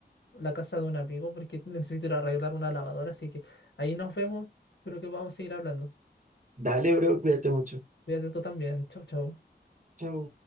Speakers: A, on the left; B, on the right.
A: la casa de un amigo porque necesito ir a arreglar una lavadora, así que ahí nos vemos, espero que podamos seguir hablando.
B: Dale, bro, cuídate mucho.
A: Cuídate tú también, chau, chau.
B: Chao.